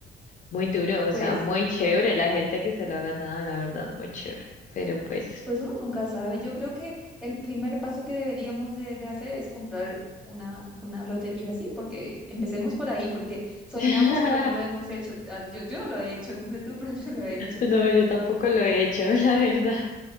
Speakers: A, on the left (about 40°); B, in the centre.
A: muy duro, o
B: Pues,
A: sea, muy chévere la gente que se lo ha ganado, la verdad, muy chévere, pero pues,
B: pues uno nunca sabe. Yo creo que el primer paso que deberíamos de, de hacer es comprar una, una lotería, ¿sí? Porque empecemos por ahí, porque soñamos,
A: <laughs>
B: pero no lo hemos hecho. Ah, Yo, yo no lo he hecho, no sé tú, pero <laughs> yo no lo he hecho.
A: no, yo tampoco lo he hecho, la verdad.